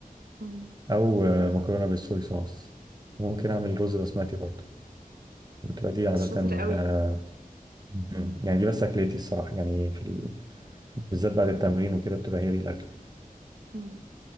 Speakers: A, on the right (about 85°); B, on the right (about 25°).
A: مم.
B: أو آه، مكرونة بالصويا صوص وممكن أعمل
A: مم.
B: رز بسمتي برضه وبتبقى دي عادة
A: انت شاطر قوي
B: آه، مم. يعني دي بس أكلتي الصراحة يعني في ال... بالذات بعد التمرين وكده بتبقى هي دي الأكل
A: مم.